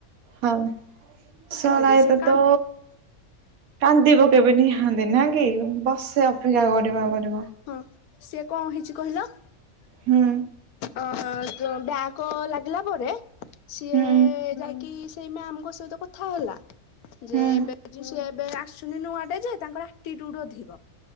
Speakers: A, on the right; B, on the left.
A: ହଁ ଶଳା
B: ଏମିତି
A: ଏଟାତ
B: ସେ କା
A: କାନ୍ଦିବ କେବେ ନିହାନ୍ତି ନା କି ବର୍ଷେ ଅପେକ୍ଷା କରିବା ପରେ,
B: ହଁ ସିଏ କଣ ହେଇଛି କହିଲ
A: ହୁଁ।
B: ଅ ଯଉ ବ୍ୟାକ ଲାଗିଲା ପରେ ସିଏ
A: ହୁଁ
B: ଯାଇକି ସେଇ ମ୍ୟାମଙ୍କ ସହିତ କଥା ହେଲା। ଯେ
A: ହୁଁ
B: ବଜୁ ସେ- ଏବେ ଆସୁନି ନୂଆଟା ଯେ ତାଙ୍କର ଆଟିଟିୟୁଡୁ ଅଧିକ।